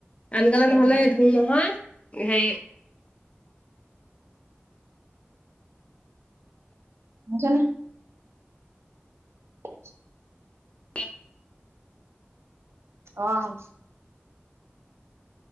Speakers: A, on the left; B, on the right.
A: আনকালে
B: অ
A: নহ'লে মোৰ নহয় হেৰি
B: নাজানে। আ
A: <inaudible>
B: অ'।